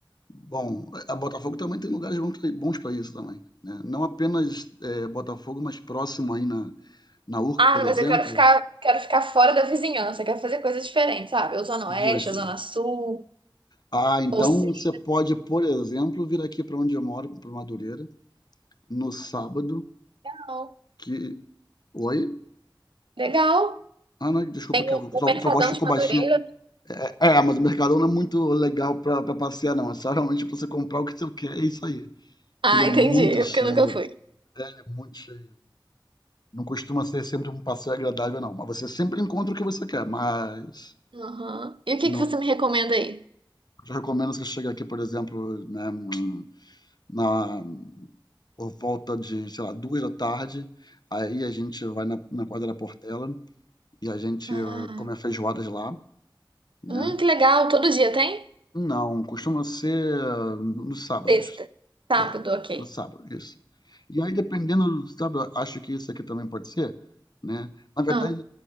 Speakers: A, on the left (about 55°); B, on the right (about 80°).
A: Bom, a a Botafogo também tem lugares bons pra bons pra isso também, né? Não apenas eh, Botafogo, mas próximo aí na, na Urca,
B: Ah,
A: por exemplo.
B: mas eu quero ficar, quero ficar fora da vizinhança, quero fazer coisas diferentes, sabe? Ou Zona
A: Justo.
B: Oeste, ou Zona Sul,
A: Ah, então
B: ou Sei,
A: você pode, por exemplo, vir aqui para onde eu moro, para Madureira, no sábado
B: não.
A: que. Oi?
B: Legal.
A: Ah, não, desculpa, que
B: O
A: a sua,
B: o Mercadão
A: sua voz ficou
B: de Madureira.
A: baixinha. É, é, é, mas o Mercadão não é muito legal pra, pra passear, não. É só realmente pra você comprar o que você quer, é isso aí. Porque
B: Ah,
A: ele é muito
B: entendi. É
A: cheio.
B: Porque eu nunca fui.
A: É, ele é muito cheio. Não costuma ser sempre um passeio agradável, não. Mas você sempre encontra o que você quer, mas.
B: Aham. E o que
A: Não,
B: que você me recomenda aí?
A: eu recomendo você chegar aqui, por exemplo, né, hum, na, por volta de, sei lá, duas da tarde. Aí a gente vai na, na quadra da Portela e a gente
B: Ah,
A: eh, come a feijoada de lá. Né.
B: hum, que legal. Todo dia tem?
A: Não, costuma ser eh, nos sábados.
B: Sexta. Sábado,
A: É,
B: ok.
A: no sábado, isso. E aí dependendo, do sábado acho que isso aqui também pode ser, né. Na verdade,
B: Ah,